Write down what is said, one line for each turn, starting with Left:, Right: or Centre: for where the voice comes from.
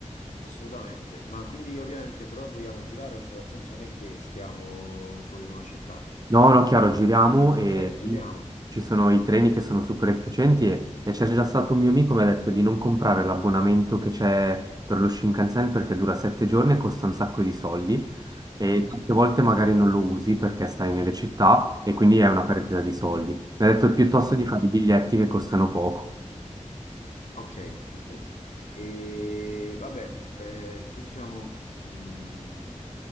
Left: assolutamente. Ma quindi ovviamente però vogliamo girare un po', nel senso non è che stiamo solo in una città.
Right: No, no, chiaro, giriamo e
Left: Eh, giriamo.
Right: lì ci sono i treni che sono super efficienti e, e c'è già stato un mio amico che mi ha detto di non comprare l'abbonamento che c'è per lo Shinkansen perché dura sette giorni e costa un sacco di soldi e
Left: Mhm.
Right: tante volte magari non lo usi perché stai nelle città e quindi è una perdita di soldi. Mi ha detto piuttosto di
Left: Ok.
Right: fare i biglietti che costano poco.
Left: Ok, perfetto. E vabbè, eh, tu diciamo, mh,